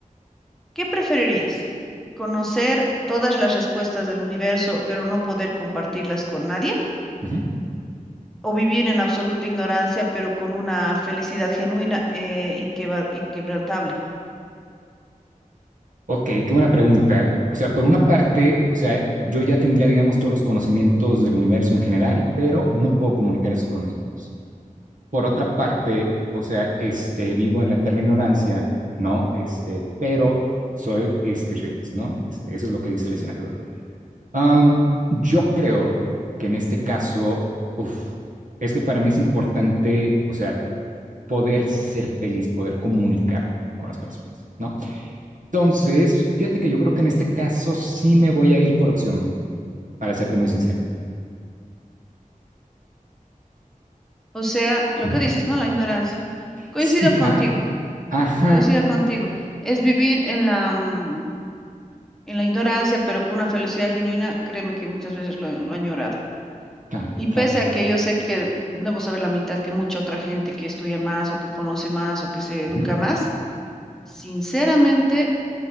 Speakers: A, in the centre; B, on the right.
A: ¿Qué preferirías? ¿Conocer todas las respuestas del universo, pero no poder compartirlas con nadie?
B: ujú.
A: ¿O vivir en absoluta ignorancia, pero con una felicidad genuina e inquebra- inquebrantable?
B: Ok, qué buena pregunta. O sea, por una parte, o sea, yo ya tendría, digamos, todos los conocimientos del universo en general, pero no puedo comunicar esos conocimientos. Por otra parte, o sea, este, vivo en la eterna ignorancia, ¿no? Este, pero soy, este, feliz, ¿no? Este, eso es lo que dice el escenario. B. Am, yo creo que en este caso, uf, es que para mí es importante, o sea, poder ser feliz, poder comunicar con las personas, ¿no? Entonces, fíjate que yo creo que en este caso sí me voy a ir por opción B, para serte muy sincero.
A: O sea, lo
B: Uh
A: que
B: -huh.
A: dices, ¿no? La ignorancia. Coincido
B: Sí,
A: contigo,
B: ajá, ajá,
A: coincido contigo. Es vivir en la, mm, en la ignorancia, pero con una felicidad genuina, créeme que muchas veces lo, he- lo he añorado.
B: claro,
A: Y pese
B: claro,
A: a que yo sé que debo saber la mitad que mucha otra gente que estudia más o que conoce más o que se
B: uh
A: educa
B: -huh,
A: más, Sinceramente,